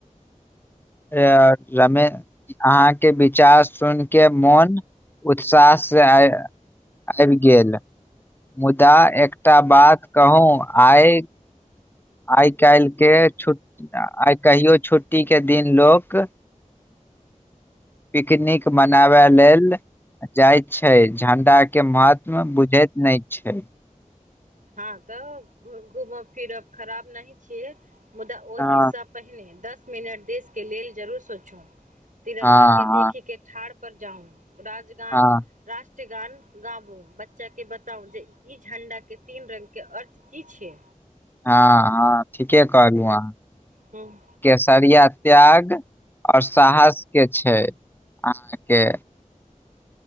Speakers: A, on the left; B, on the right.
A: <unintelligible> अहाँकेँ विचार सुन केँ मोन उत्साह से आय आइब गेल <inaudible> मुदा एकटा बात कहू आइ आइ काइल केँ छु आइ कहियो छुट्टी केँ दिन लोक पिकनिक मनाबै लेल जाइ छै झंडा केँ महत्व बुझैत नै छै।
B: हँ तऽ घूमब फिरब खराब नही छियै मुदा ओहि
A: हँ
B: सब पहिने दस मिनट देश केँ लेल जरूर सोचू तिरंगा
A: हँ
B: केँ
A: हँ
B: देखे केँ ठाढ़ प पर जाउ राजगान
A: हँ
B: राष्ट्रगान गाबू बच्चा के बताउ जे ई झंडा के तीन रंग के अर्थ की छै
A: हँ हँ ठीके कहलहु अहाँ
B: हूं
A: केसरिया त्याग आओर साहस के छै अहाँके